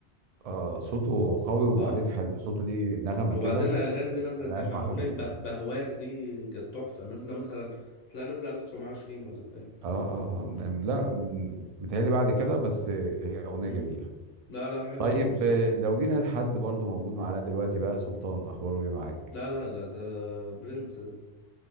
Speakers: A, on the right; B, on the left.
A: آه صوته قوي وبعدين
B: اه
A: حلو صوته ليه نغمه
B: وبعدين
A: كده
B: الاغاني دي نازله
A: ما سمعناهاش
B: كام يعني
A: مع
B: اغنيه
A: حد تاني
B: به- بهواك دي كانت تحفه نازله مثلا تلاقي نازله 1920 ولا بتاع
A: اه اه آه، م- لا م- متهيألي بعد كده بس هي اغنيه
B: مم.
A: جميله
B: لا لا حلو
A: طيب
B: قوي بصراحه
A: آه، لو جينا لحد برضو موجود معانا دلوقتي بقى سلطان اخباره ايه معاك
B: لا لا لا ده برنس ده